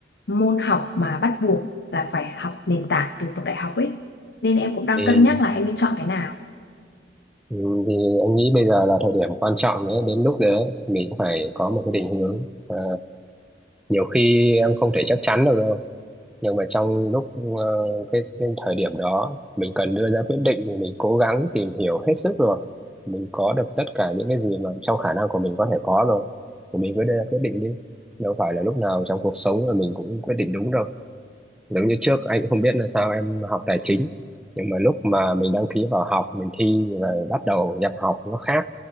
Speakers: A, on the left (about 60°); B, in the centre.
A: môn học mà bắt buộc là phải học nền tảng từ bậc đại học ấy nên em cũng đang
B: ừ.
A: cân nhắc là em nên chọn cái nào
B: Ừ, thì anh nghĩ bây giờ là thời điểm quan trọng đấy đến lúc đấy mình cũng phải có một cái định hướng Ờ, nhiều khi em không thể chắc chắn được đâu nhưng mà trong lúc ờ, cái, cái thời điểm đó mình cần đưa ra quyết định thì mình cố gắng tìm hiểu hết sức rồi mình có được tất cả những cái gì mà trong khả năng của mình có thể có rồi thì mình cứ đưa ra quyết định đi đâu phải là lúc nào trong cuộc sống là mình cũng quyết định đúng đâu giống như trước anh cũng không biết là sao em học tài chính nhưng mà lúc mà mình đăng ký vào học mình thi rồi bắt đầu nhập học nó khác